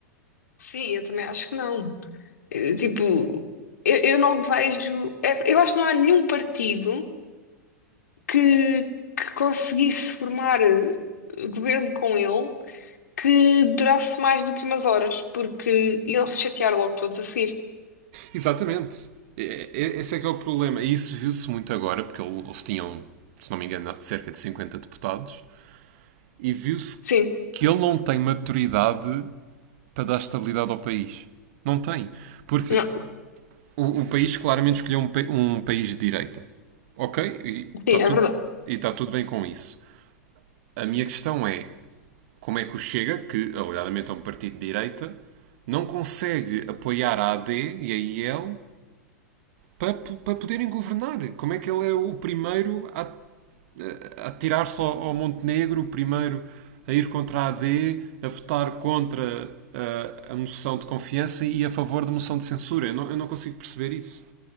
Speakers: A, on the left (about 75°); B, on the right (about 55°).
A: Sim, eu também acho que não. Eu, tipo, eu, eu não vejo. é- eu acho que não há nenhum partido que, que conseguisse formar eh, governo com ele que durasse mais do que umas horas, porque iam se chatear logo todos a seguir.
B: Exatamente. E- e- Esse é que é o problema. E isso viu-se muito agora, porque ele- eles tinham, se não me engano, cerca de 50 deputados. E viu-se
A: Sim,
B: que ele não tem maturidade para dar estabilidade ao país. Não tem. Porque
A: não,
B: o, o país claramente escolheu um, pa- um país de direita. Ok? E está
A: sim,
B: tudo,
A: é verdade.
B: e está tudo bem com isso. A minha questão é como é que o Chega, que alegadamente é um partido de direita, não consegue apoiar a AD e a IL para, po- para poderem governar? Como é que ele é o primeiro a, a tirar-se ao, ao Montenegro, o primeiro a ir contra a AD, a votar contra a, a moção de confiança e a favor da moção de censura? Eu não, eu não consigo perceber isso.